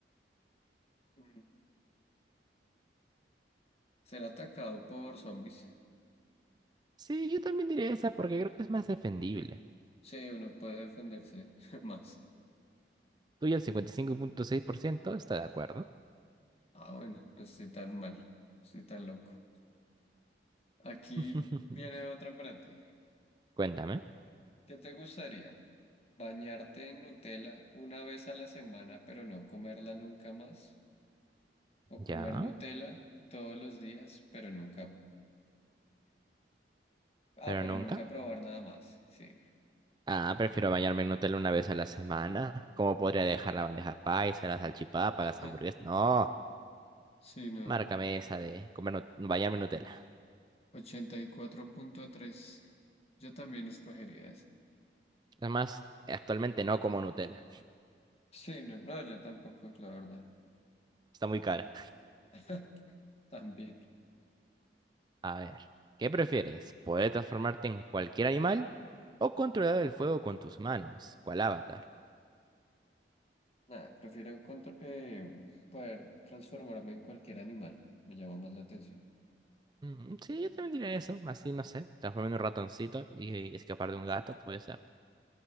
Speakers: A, on the left; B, on the right.
A: Mm. Ser atacado por zombies.
B: Sí, yo también diría esa porque creo que es más defendible.
A: Sí, uno puede defenderse <laughs> más.
B: Tú y el 55.6% está de acuerdo.
A: Ah, bueno, no estoy tan mal, no estoy tan loco. Aquí
B: <laughs>
A: viene otra para ti.
B: Cuéntame.
A: ¿Qué te gustaría? ¿Bañarte en Nutella una vez a la semana, pero no comerla nunca más? ¿O comer
B: Ya,
A: Nutella todos los días, pero nunca... Ah,
B: pero
A: pero
B: nunca.
A: nunca probar nada más. Sí.
B: Ah, prefiero bañarme en Nutella una vez a la semana. ¿Cómo podría dejar la bandeja paisa, la salchipapa,
A: <laughs>
B: las hamburguesas? No,
A: Sí, no.
B: márcame esa de comer nu- bañarme en Nutella.
A: Ochenta y cuatro punto tres. Yo también escogería ese.
B: Además, actualmente no como Nutella.
A: Sí, no, no, yo tampoco, la verdad.
B: Está muy cara.
A: <laughs> También.
B: A ver, ¿qué prefieres? ¿Poder transformarte en cualquier animal o controlar el fuego con tus manos? ¿Cuál avatar?
A: Nada, prefiero contro- eh, poder transformarme en cualquier animal. Me llama más la atención.
B: Mm, sí, yo también diría eso. Así, no sé, transformarme en un ratoncito y escapar de un gato, puede ser.